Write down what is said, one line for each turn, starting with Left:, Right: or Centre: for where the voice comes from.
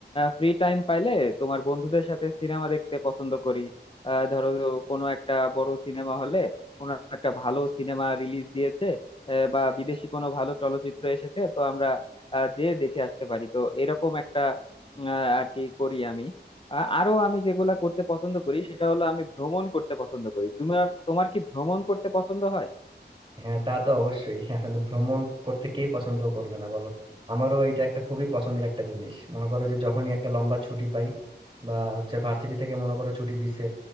Left: ফ্রি টাইম পাইলে তোমার বন্ধুদের সাথে সিনেমা দেখতে পছন্দ করি আহ, ধরো কোনো একটা বড় সিনেমা হলে কোনো একটা ভালো সিনেমা রিলিজ দিয়েছে আহ, বা বিদেশি কোনো ভালো চলচ্চিত্র এসেছে তো আমরা আহ, যেয়ে দেখে আসতে পারি তো এরকম একটা আহ, আর কি করি আমি আ- আরো আমি যেগুলা করতে পছন্দ করি সেটা হলো আমি ভ্রমণ করতে পছন্দ করি তোমার তোমার কি ভ্রমণ করতে পছন্দ হয়
Right: হ্যাঁ তা তো অবশ্যই <laughs> হ্যাঁ, আসলে ভ্রমণ করতে কে পছন্দ করবে না বলো আমারও এটা একটা খুবই পছন্দের একটা জিনিস মনে করো যে যখনই একটা লম্বা ছুটি পাই বা হচ্ছে ভার্সিটি থেকে মনে করো ছুটি দিছে